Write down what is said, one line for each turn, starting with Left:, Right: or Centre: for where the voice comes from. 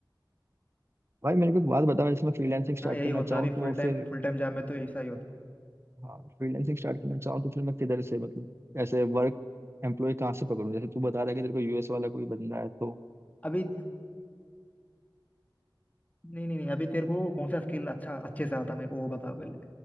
Right: भाई मेरे को एक बात बता मैं जैसे मैं फ्रीलांसिंग स्टार्ट
Left: हाँ यही
Right: करना
Left: होता
Right: चाहूँ
Left: अभी
Right: तो
Left: फुल टाइम
Right: फिर
Left: फुल टाइम जॉब में तो ऐसा ही होता
Right: हाँ फ्रीलांसिंग स्टार्ट करना चाहूँ तो फिर मैं किधर से मतलब ऐसे वर्क एम्प्लॉय कहाँ से पकड़ूँ जैसे तू बता रहा है कि तेरे को यूएस वाला कोई बंदा है तो
Left: अभी नहीं नहीं नहीं अभी तेरे को कौन सा स्किल अच्छा अच्छे से आता मेरे को वो बता पहले